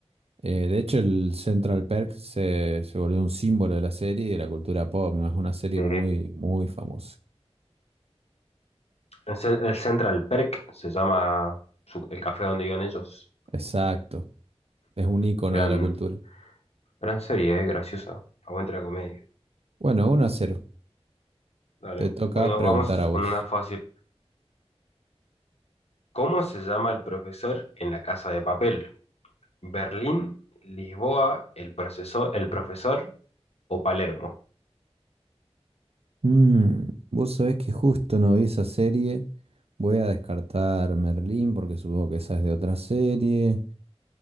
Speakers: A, on the right (about 65°); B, on the left (about 70°).
A: Eh, de hecho, el Central Perk se, se volvió un símbolo de la serie y de la cultura pop, ¿no? Es una serie
B: Sí.
A: muy, muy famosa.
B: El, Cen- el Central Perk se llama su- el café donde iban ellos.
A: Exacto, es un icono
B: Gran,
A: de la cultura.
B: gran serie, eh, graciosa. Aguante la comedia.
A: Bueno, uno a cero.
B: Dale.
A: Te toca
B: Bueno,
A: preguntar
B: vamos
A: a vos.
B: con una fácil. ¿Cómo se llama el profesor en la casa de papel? ¿Berlín, Lisboa, el profesor, el profesor o Palermo?
A: Mm, vos sabés que justo no vi esa serie. Voy a descartar Merlín porque supongo que esa es de otra serie.